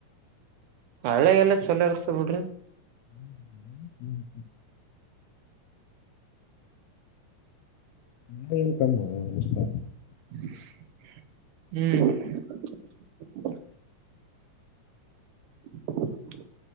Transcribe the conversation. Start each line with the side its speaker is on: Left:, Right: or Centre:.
Right: ಒಳ್ಳೆೆಗೆಲ್ಲ ಚಲೋ ಇರ್ಕ್ತ ಬಿಡ್ರಿ.
Left: ಹ್ಮ್ ಹ್ಮ್ ಸ <inaudible> ನ ಏನ್ ಕಮ್ಮಷ್ಟ <inaudible>
Right: ಹ್ಮ್. <inaudible>